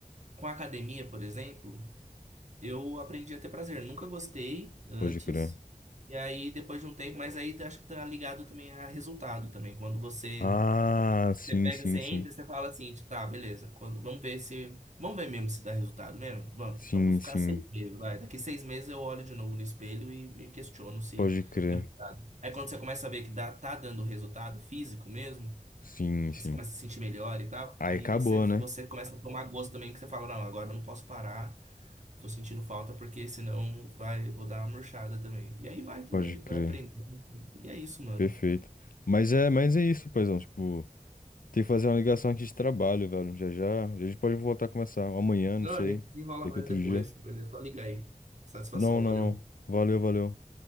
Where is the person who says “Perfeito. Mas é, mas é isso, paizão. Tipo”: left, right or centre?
Left